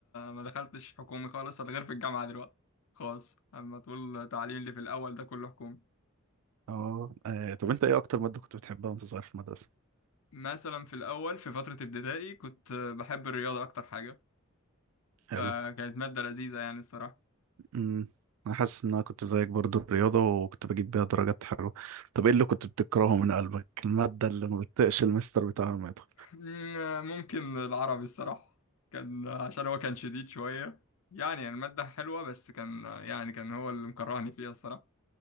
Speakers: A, on the left (about 80°); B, on the right (about 80°).
A: ما دخلتش حكومي خالص انا غير في الجامعه دلوقتي خاص اما تقول تعليم اللي في الاول ده كله حكومي
B: اه آه، طب انت ايه اكتر مادة كنت بتحبها وانت صغير في المدرسة
A: مثلا في الاول في فتره ابتدائي كنت بحب الرياضه اكتر حاجه
B: حلو
A: فكانت ماده لذيذه يعني الصراحه
B: امم انا حاسس ان انا كنت زيك برضو الرياضة وكنت بجيب بيها درجات حلوة طب ايه اللي كنت بتكرهه من قلبك المادة اللي ما بتطيقش المستر بتاعها لما يدخل
A: مم، ممكن العربي الصراحه كان عشان هو كان شديد شويه يعني الماده حلوه بس كان يعني كان هو اللي مكرهني فيها الصراحه